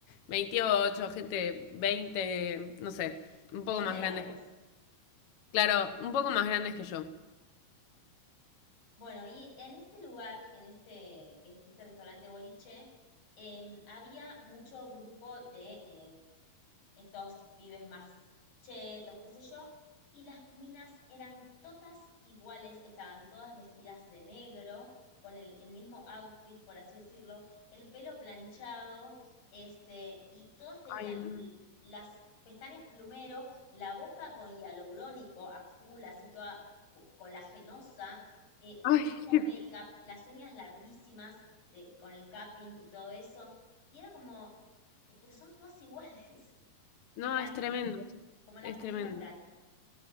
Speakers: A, on the left; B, on the left.
A: 28 gente 20, no sé,
B: <laughs>
A: un
B: veinte
A: poco más
B: largos.
A: grandes que... Claro, un poco más grandes que yo.
B: Bueno, y en este lugar, en este, que es este restaurante boliche, em, había mucho grupo de em, estos pibes más chetos, qué sé yo, y las minas eran todas iguales, estaban todas vestidas de negro, con el, el mismo outfit, por así decirlo, el pelo planchado, este, y todas tenían
A: Ay, no.
B: l- las pestañas plumero, la boca con hialurónico a full, así toda bu- colagenosa eh, el
A: Ay,
B: mismo
A: qué-
B: make-up, las uñas larguísimas de, con el capping y todo eso. Y era como, eh, pero son todas iguales, <laughs>
A: no,
B: Bratz,
A: es tremendo, es,
B: como las
A: es
B: muñecas
A: tremendo.
B: Bratz.